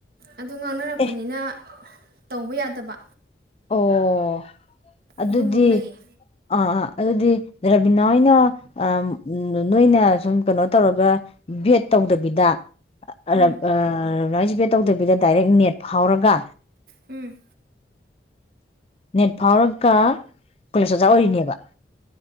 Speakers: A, on the right (about 55°); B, on the left (about 35°).
A: ꯑꯗꯨ ꯉꯥꯡꯅꯔꯛꯄꯅꯤꯅ
B: ꯑꯦ
A: ꯇꯧꯕ ꯌꯥꯗꯕ
B: ꯑꯣ ꯑꯗꯨꯗꯤ
A: ꯑꯗꯨꯝꯕ ꯑꯃ ꯂꯩꯌꯦ
B: ꯑꯥ ꯑꯥ ꯑꯗꯨꯗꯤ ꯂꯩꯔꯕꯤ ꯅꯣꯏꯅ ꯑꯝ ꯎꯝ ꯅꯣꯏꯅ ꯁꯨꯝ ꯀꯩꯅꯣ ꯇꯧꯔꯒ ꯕꯦꯠ ꯇꯧꯗꯕꯤꯗ ꯑꯔꯞ
A: ꯎꯝ
B: ꯑꯔ ꯂꯥꯏꯟꯁꯤꯖꯤ ꯄꯦ ꯇꯧꯗꯕꯤꯗ ꯗꯥꯏꯔꯦꯛ ꯅꯦꯠ ꯐꯥꯎꯔꯒ
A: ꯎꯝ
B: ꯅꯦꯠ ꯐꯥꯎꯔꯒ ꯀꯣꯂꯦꯖ ꯑꯣꯖꯥ ꯑꯣꯏꯔꯤꯅꯦꯕ